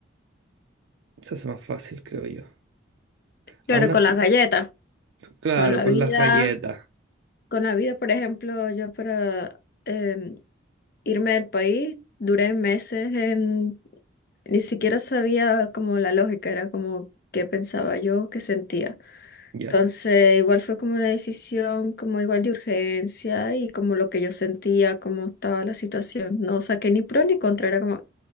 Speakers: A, on the right; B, on the left.
A: Se hace más fácil, creo yo.
B: Claro,
A: Aún así,
B: con las galletas,
A: claro,
B: con la
A: con
B: vida.
A: las galletas.
B: Con la vida, por ejemplo, yo para em, irme del país duré meses en Ni siquiera sabía como la lógica, era como qué pensaba yo, qué sentía.
A: Ya,
B: Entonces, igual fue como una decisión, como igual de urgencia y como lo que yo sentía, cómo estaba la situación. No saqué ni pro ni contra, era como